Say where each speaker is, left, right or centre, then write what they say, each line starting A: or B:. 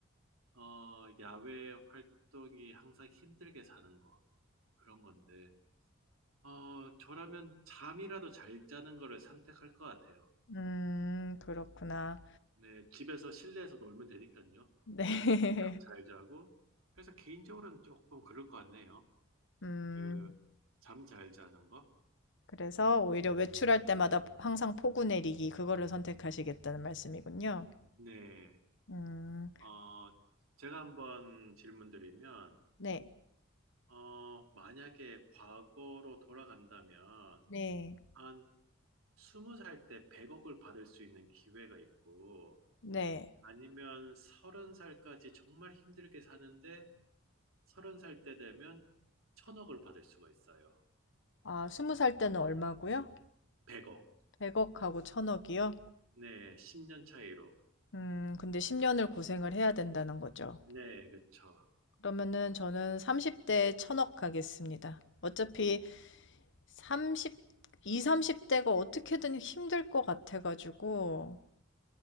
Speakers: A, on the right (about 85°); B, on the left (about 65°).
A: 어, 야외 활동이 항상 힘들게 자는 거 그런 건데 어, 저라면 잠이라도 잘 자는 거를 선택할 것 같아요.
B: 음, 그렇구나.
A: 네, 집에서 실내에서 놀면 되니까요.
B: 네.
A: 잠
B: <laughs>
A: 잘 자고 그래서 개인적으로는 조금 그럴 것 같네요.
B: 음.
A: 그 잠 잘 자는 거.
B: 그래서 오히려 외출할 때마다 항상 포구 내리기 그거를 선택하시겠다는 말씀이군요.
A: 네,
B: 음.
A: 어, 제가 한번 질문드리면
B: 네.
A: 어, 만약에 과거로 돌아간다면
B: 네.
A: 한 스무 살 때 100억을 받을 수 있는 기회가 있고,
B: 네.
A: 아니면 서른 살까지 정말 힘들게 사는데, 서른 살 때 되면 천억을 받을 수가 있어요.
B: 아 20살 때는 얼마고요?
A: 100억.
B: 100억 하고 1,000억 이요?
A: 네, 10년 차이로.
B: 음 근데 10 년을 고생을 해야 된다는 거죠.
A: 네, 그쵸.
B: 그러면은 저는 30 대에 1,000억 하겠습니다. 어차피 삼십 20-30 대가 어떻게든 힘들 것 같아 가지고